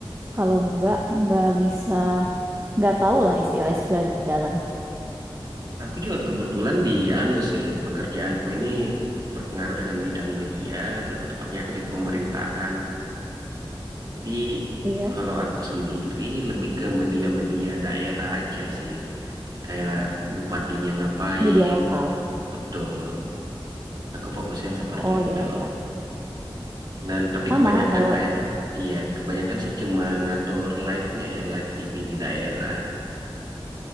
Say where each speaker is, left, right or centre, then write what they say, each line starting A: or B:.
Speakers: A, on the right; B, on the right.
A: kalau nggak nggak bisa nggak tahu lah istilah-istilah di dalam.
B: Aku juga kebetulan di anu sih, pekerjaanku ini berpengaruh dengan bidang media, lebih tepatnya aku di pemerintahan. Tapi
A: Iya
B: kalau aku sendiri lebih ke media-media daerah aja sih. Kayak bupatinya ngapain.
A: media lokal.
B: Betul. Aku fokusnya yang seperti
A: Oh
B: itu.
A: iya iya
B: Dan tapi
A: sama
B: kebanyakan
A: kalau
B: kayak iya, kebanyakan sih cuma ngatur live-nya ya, live TV di daerah.